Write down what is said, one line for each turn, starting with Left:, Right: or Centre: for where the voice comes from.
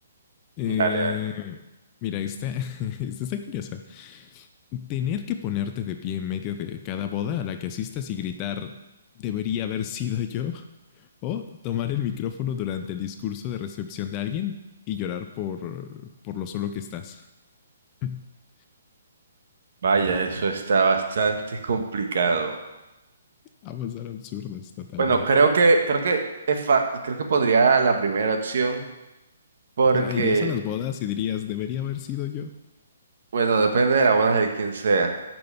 Left: Eh,
Right: Dale, dale.
Left: mira, esta, <laughs> esta está curiosa. Tener que ponerte de pie en medio de cada boda a la que asistas y gritar, debería haber sido yo, o tomar el micrófono durante el discurso de recepción de alguien y llorar por, por lo solo que estás. <laughs>
Right: Vaya, eso está bastante complicado.
Left: Ambas eran absurdas totalmente.
Right: Bueno, creo que, creo que es fa- creo que pondría la primera opción porque,
Left: O sea, irías a las bodas y dirías, debería haber sido yo.
Right: bueno, depende de la boda de quien sea.